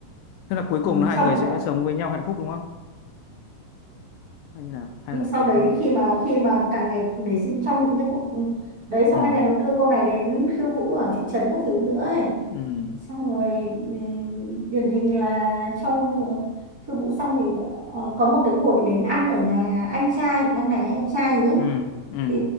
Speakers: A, on the left; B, on the right.
A: tức là cuối cùng
B: ừ,
A: là hai
B: xong
A: người sẽ
B: rồi
A: sống với nhau hạnh phúc đúng không hay như nào hay
B: nhưng
A: là
B: sau
A: có
B: đấy khi mà khi mà càng ngày nảy sinh trong những cái cuộc đấy xong
A: ừ
B: anh này còn đưa cô này đến khiêu vũ ở thị trấn các thứ nữa ấy
A: ừ
B: xong rồi ừm, điển hình là trong ờ, khiêu vũ xong thì ờ, có một cái buổi đến ăn ở nhà anh trai của anh này hay em trai gì ấy.
A: ừ ừ ừ
B: thì